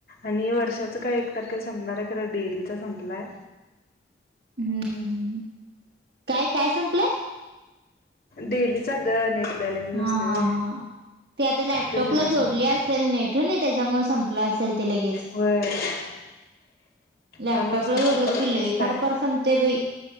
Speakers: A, on the left (about 55°); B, on the right (about 65°).
A: आणि वर्षाच काय एक तारखेला संपणार हाय खर डेलीचा संपलाय.
B: हम्म हम्म हम्म हम्म, काय काय संपलय?
A: डेलीचा गं नेट बॅलन्स
B: हा
A: नसतोय
B: हा
A: व्हय.
B: हा ती आता लॅपटॉपला
A: तो तिचा संपला.
B: जोडली असेल नेट होय नि. त्याच्यामुळे संपल असेल ते लगेच.
A: व्हय.
B: लॅपटॉपला
A: त्यामुळ संपलय.
B: जोडलं
A: बघितलीस
B: की लई
A: काय?
B: फार फार संपते बाई